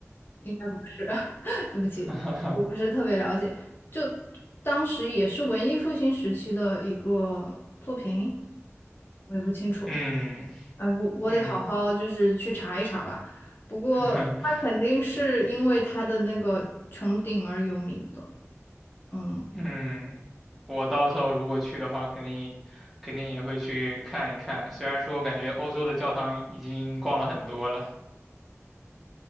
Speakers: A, on the left; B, in the centre.
A: 应该不是，<laughs> 对不起，
B: <laughs>
A: 我不是特别了解。就当时也是文艺复兴时期的一个作品，我也不清楚。
B: 嗯
A: 哎，我我得好好就是去查一查吧。
B: 嗯
A: 不过它肯定是因为它的那个穹顶而有名的。
B: <laughs>
A: 嗯，
B: 嗯，我到时候如果去的话，肯定肯定也会去看一看。虽然说感觉欧洲的教堂已经逛了很多了